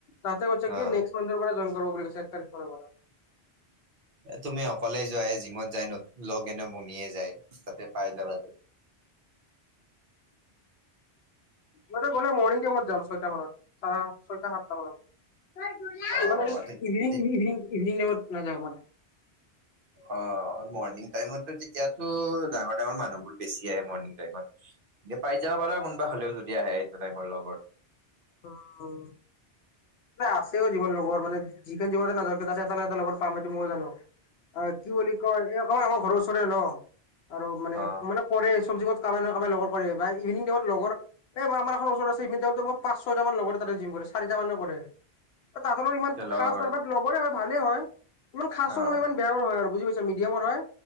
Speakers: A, on the left; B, on the right.
A: তাতে কৈছে
B: অ'
A: কি নেক্সট মানথৰ পৰা জইন কৰিব বুলি কৈছে এক তাৰিখ পৰা
B: তুমি অকলে যোৱ জিমত যায় লগ এনে বনিয়ে যায় তাতে পাই যাবা ত
A: মইটো গ'লে মৰ্ণিং টাইমত যাম ছয়টা মানত, চাৰা ছয়টা, সাত
B: অ', তে
A: ইভিনং,
B: তে
A: ইভিনং, ইভিনিং টাইমত নাযাও মানে।
B: অ, মৰ্ণিং টাইমতো তেতিয়াতো ডাঙৰ, ডাঙৰ মানুহবোৰ বেছি আহ মৰ্ণিং টাইমত। এতিয়া পাই যাব পাৰা কোনবা হলেওদি আহে সেইটো টাইমৰ লগত
A: অ', অ'। আছেও যিমান লগৰ মানে যিখন জিৱনতে নাকে তাতে এটা ন এটা লগৰ পাম সেইটো মই জানো। অ' কি বুলি কয় এই কমাৰ আমাৰ ঘৰৰ ওচৰে ন আৰু মানে
B: অ',
A: মানে কৰে চব্ কত কামে ন কামে লগ কৰে বা ইভিনং টাইমত লগৰ এইই আমাৰ এখন ওচৰত আছে ইভং ইম পাঁচ ছয়টা মান লগৰে তাতে জিম কৰে চাৰিটা মানে কৰে তাতলও ইমান
B: তেতিয়া ল'ব
A: খ
B: পাৰা।
A: নহয় লগৰে হয় ভালেই হয় ইমান খাচো
B: অ',
A: নহয় ইমান বেয়াও নহয় আৰু বুজি পাইছ মিডিয়ামতহয়।